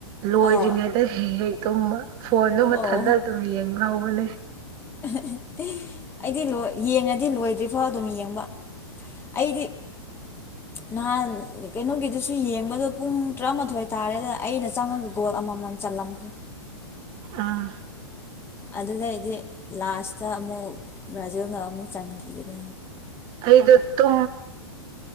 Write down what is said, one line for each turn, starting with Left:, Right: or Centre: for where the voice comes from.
Right: ꯂꯣꯏꯗ꯭ꯔꯤꯉꯩꯗ
Left: ꯑꯥꯎ
Right: ꯍꯦꯛ ꯍꯦꯛ ꯇꯨꯝꯃ ꯐꯣꯟꯗꯨ ꯃꯊꯟꯇ
Left: ꯑꯣ
Right: ꯑꯗꯨꯝ ꯌꯦꯡꯍꯧꯕꯅꯦ
Left: <inaudible> ꯑꯩꯗꯤ ꯂꯣꯏ ꯌꯦꯡꯉꯗꯤ ꯂꯣꯏꯗ꯭ꯔꯤꯐꯥꯎ ꯑꯗꯨꯝ ꯌꯦꯡꯕ ꯑꯩꯗꯤ ꯅꯍꯥꯟ ꯀꯩꯅꯣꯒꯤꯗꯨꯁꯨ ꯌꯦꯡꯕꯗꯣ ꯄꯨꯡ ꯇꯔꯥꯃꯥꯊꯣꯏ ꯇꯥꯔꯦꯗ ꯑꯩꯅ ꯆꯪꯉꯒꯀꯣ ꯑꯃꯃꯝ ꯆꯠꯂꯝꯈ꯭ꯔꯦ
Right: <inaudible> ꯑꯥ
Left: ꯑꯗꯨꯗꯩ ꯑꯩꯗꯤ ꯂꯥꯁꯇ ꯑꯃꯨꯛ ꯔꯥꯖꯦꯟꯗ ꯑꯃꯨꯛ ꯆꯟꯈꯤꯕꯗꯨ
Right: ꯑꯩꯗꯠꯇꯣ